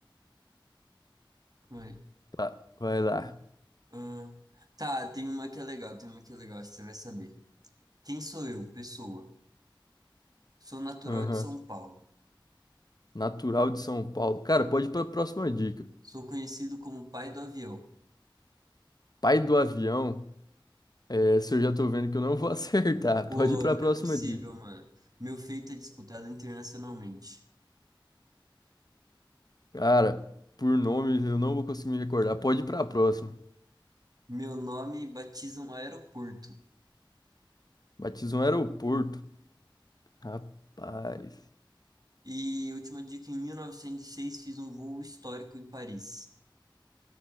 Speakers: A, on the right; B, on the left.
A: Calma aí.
B: Tá, vai lá.
A: Ah, tá, tem uma que é legal, tem uma que é legal, acho que você vai saber. Quem sou eu, pessoa? Sou natural
B: Aham.
A: de São Paulo.
B: Natural de São Paulo. Cara, pode ir pra próxima dica.
A: Sou conhecido como pai do avião.
B: Pai do avião. É, se eu já tô vendo que eu não vou <laughs> acertar,
A: Pô,
B: pode ir pra
A: não
B: próxima
A: é possível,
B: dica.
A: mano. Meu feito é disputado internacionalmente.
B: Cara, por nome eu não vou conseguir me recordar. Pode ir pra próxima.
A: Meu nome batiza um aeroporto.
B: Batizou um aeroporto. Rapaz.
A: E última dica, em 1906 fiz um voo histórico em Paris.